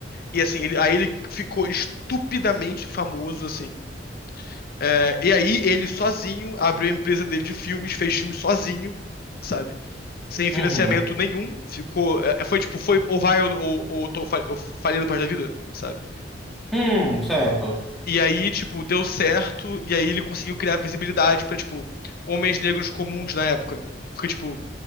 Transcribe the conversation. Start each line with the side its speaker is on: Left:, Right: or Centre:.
Left: E assim, ele, aí ele ficou estupidamente famoso, assim. É, e aí ele sozinho abriu a empresa dele de filmes, fez filmes sozinho, sabe? Sem
Centre: Uhum.
Left: financiamento nenhum. Ficou. é, é, foi tipo, foi ou vai ou, ou, ou tô fa- eu falei do parte da vida, sabe?
Centre: Hum, certo.
Left: E aí, tipo, deu certo, e aí ele conseguiu criar visibilidade pra, tipo, homens negros comuns na época. Porque, tipo,